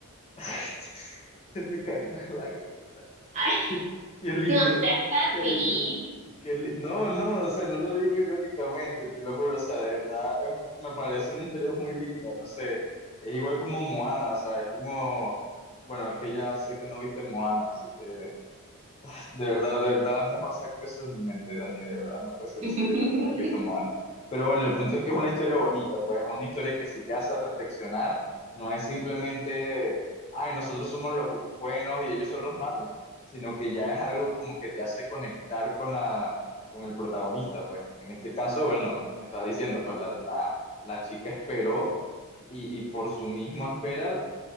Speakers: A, on the left; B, on the right.
A: <laughs> Se me caen las lágrimas.
B: Ay,
A: Qué, qué lindo.
B: no seas
A: Qué
B: así.
A: lindo. que li- No, no, o sea, no lo digo irónicamente, te lo juro, o sea, de verdad, eh, me parece una historia muy linda, no sé, es igual como Moana, o sea, es como, bueno, es que ya sé que no viste Moana, así que de verdad, de verdad, mejor saco eso de mi mente, Dani, de verdad, no puede ser
B: <laughs>
A: posible que no hayas visto Moana. Pero bueno, el punto es que es una historia bonita, pues es una historia que sí te hace reflexionar, no es simplemente, ay, nosotros somos los buenos y ellos son los malos, sino que ya es algo como que te hace conectar con la, con el protagonista, pues en este caso, bueno, me estás diciendo, pues la, la, la chica esperó y, y por su mismo espera